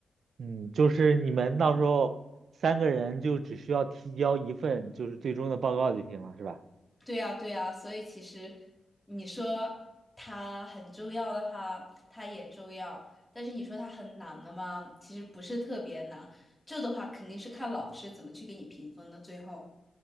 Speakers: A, on the right; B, in the centre.
A: 嗯，就是你们到时候三个人就只需要提交一份就是最终的报告就行了，是吧？
B: 对呀，对呀，所以其实你说它很重要的话，它也重要；但是你说它很难的嘛，其实不是特别难。这的话肯定是看老师怎么去给你评分的。最后，